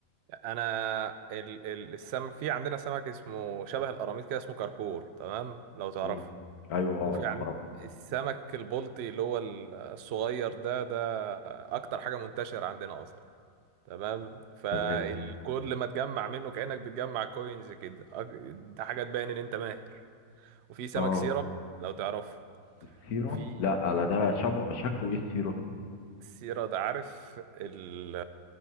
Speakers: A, on the right; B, on the left.
A: انا ال... ال... السمك في عندنا سمك اسمه شبه القراميط كده اسمه كركور تمام لو تعرفه
B: مم. ايوه آه،
A: وفي عند
B: اعرفه
A: السمك البلطي اللي هو ال- الصغير ده ده اكتر حاجه منتشره عندنا اصلا تمام فالكل
B: تمام اه
A: ما تجمع منه كانك بتجمع كوينز كده أك- ده حاجه تبين ان انت ماهر وفي سمك
B: آه.
A: سيرة لو تعرفه
B: السيره
A: وفي
B: لا انا ده شبه شكله ايه السيره؟
A: سيرة ده عارف ال